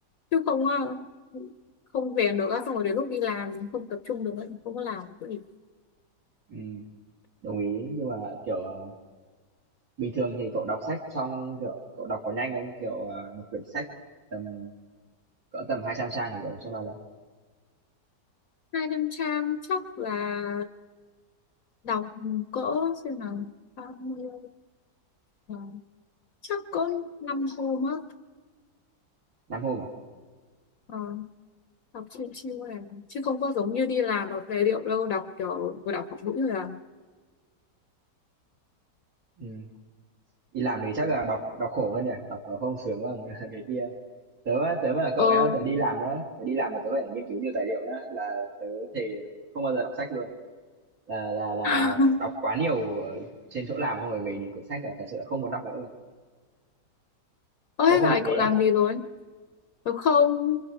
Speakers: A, on the left (about 60°); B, on the right (about 55°).
A: chứ không à, không rèn được á, xong rồi đến lúc đi làm không tập trung được ấy, không có làm được gì
B: Ừm, đồng ý, nhưng mà, kiểu, à, bình thường thì cậu đọc sách trong kiểu, cậu đọc có nhanh không? Kiểu, à, một quyển sách tầm cỡ tầm 200 trang thì cậu đọc trong bao lâu?
A: hai trăm trang chắc là đọc cỡ xem nào 30 ờ, chắc cỡ 5 hôm á
B: năm hôm à?
A: Ờ, học chiêu chiêu này chứ không có giống như đi làm đọc tài liệu đâu đọc kiểu vừa đọc một mũi rồi à
B: Ừm, đi làm thì chắc là đọc đọc khổ hơn nhỉ? Đọc nó không sướng bằng <laughs> cái kia. Tớ á, tớ mà là cậu
A: ờ
B: nhá, tớ đi làm đó, tớ đi làm mà tớ phải nghiên cứu nhiều tài liệu nhá, là tớ thề tớ không bao giờ đọc sách luôn. là là là
A: <laughs>
B: đọc quá nhiều ở trên chỗ làm xong rồi về thì quyển sách là thật sự là không muốn đọc nữa.
A: ôi
B: Cậu
A: dạo
B: không bị
A: này
B: thế
A: cậu
B: à?
A: làm gì rồi đúng không